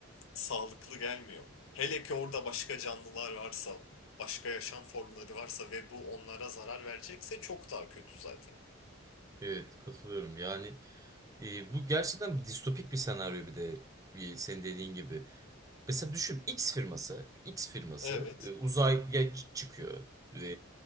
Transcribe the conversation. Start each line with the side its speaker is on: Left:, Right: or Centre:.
Left: sağlıklı gelmiyor. Hele ki orada başka canlılar varsa, başka yaşam formları varsa ve bu onlara zarar verecekse çok daha kötü zaten.
Right: Evet katılıyorum. Yani e, bu gerçekten distopik bir senaryo bir de bir, senin dediğin gibi. Mesela düşün X firması, X firması
Left: Evet,
Right: e, uzaya ç- çıkıyor ve